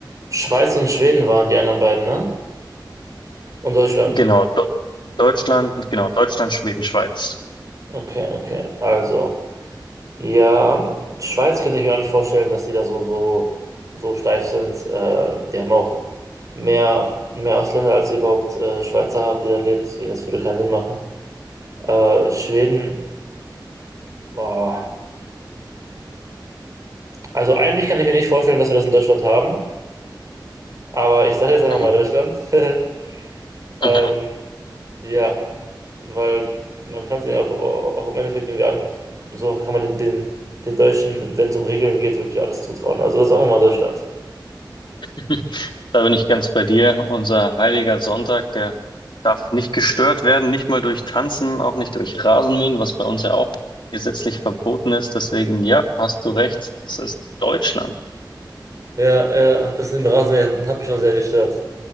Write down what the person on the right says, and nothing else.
Schweiz und Schweden waren die anderen beiden, ne? Und Deutschland.
Okay, okay. Also. Ja, Schweiz könnte ich mir auch nicht vorstellen, dass die da so, so, so steif sind. Äh, die haben auch mehr, mehr Ausländer, als sie überhaupt äh, Schweizer haben, die da leben. Deswegen, das würde keinen Sinn machen. Äh, Schweden, boah. Also eigentlich kann ich mir nicht vorstellen, dass wir das in Deutschland haben. Aber ich sage jetzt einfach
mal Deutschland. <laughs> Ähm,
ja, weil man kann es ja auch, auch im Endeffekt irgendwie an. So kann man den, den, den Deutschen, wenn es um Regeln geht, wirklich alles zutrauen. Also sagen wir mal Deutschland.
Ja, ja, das mit dem Rasenmähen hat mich schon sehr gestört,